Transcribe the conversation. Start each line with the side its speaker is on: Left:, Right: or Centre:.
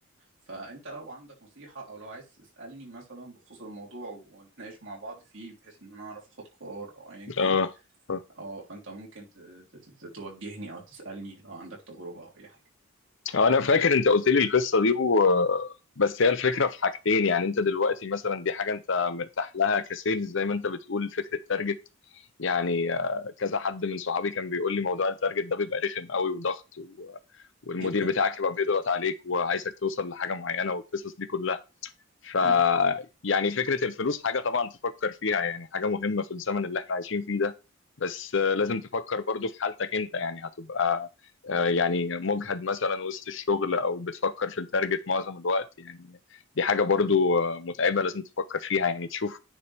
Right: فانت لو عندك نصيحة او لو عايز تسألني مثلا بخصوص الموضوع ونتناقش مع بعض فيه بحيث ان انا اعرف اخد قرار او ايا كان
Left: اه آه.
Right: اه فانت ممكن ت- ت- ت- توجهني او تسألني لو عندك تجربة او اي حاجة
Left: آه، انا فاكر انت قلت لي القصه دي و... بس هي الفكره في حاجتين يعني انت دلوقتي مثلا دي حاجه انت مرتاح لها كسيلز زي ما انت بتقول فكره تارجت يعني آه، كذا حد من صحابي كان بيقول لي موضوع التارجت ده بيبقى رخم قوي وضغط و... والمدير
Right: جدا
Left: بتاعك يبقى بيضغط عليك وعايزك توصل لحاجه معينه والقصص دي كلها ف
Right: مم.
Left: يعني فكرة الفلوس حاجة طبعا تفكر فيها يعني حاجة مهمة في الزمن اللي احنا عايشين فيه ده بس آه، لازم تفكر برضو في حالتك انت يعني هتبقى آه، يعني مجهد مثلا وسط الشغل او بتفكر في التارجت معظم الوقت يعني دي حاجة برضو آه، متعبة لازم تفكر فيها يعني تشوف